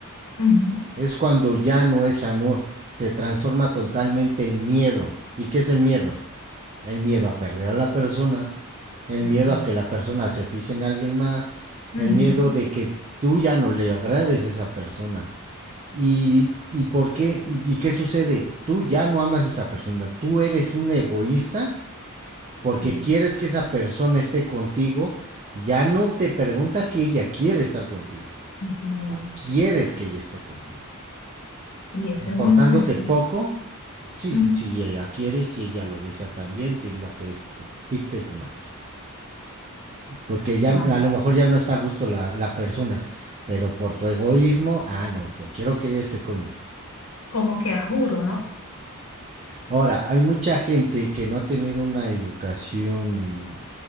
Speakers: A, on the left (about 65°); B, on the right (about 30°).
A: ujú.
B: es cuando ya no es amor, se transforma totalmente el miedo. ¿Y qué es el miedo? El miedo a perder a la persona, el
A: Sí,
B: miedo
A: sí.
B: a que la persona se fije en alguien más,
A: Ujú,
B: el miedo de que tú ya no le agrades a esa persona. ¿Y, y por qué? ¿Y qué sucede? Tú ya no amas a esa persona, tú eres un egoísta
A: Sí,
B: porque
A: señor.
B: quieres que esa persona esté contigo, ya no te preguntas si ella quiere estar contigo,
A: Sí, señor.
B: tú quieres que ella esté contigo.
A: Y eso
B: Importándote
A: es un... eso
B: poco,
A: es-
B: si,
A: ujú,
B: si ella quiere, si ella lo desea también, si lo que es, tú dictes y mandes. Porque ya
A: Wow.
B: a lo mejor ya no está a gusto la, la persona, pero por tu egoísmo, ah, no, yo quiero que ella esté conmigo.
A: Como que a juro, ¿no?
B: Ahora, hay mucha gente que no ha tenido una educación,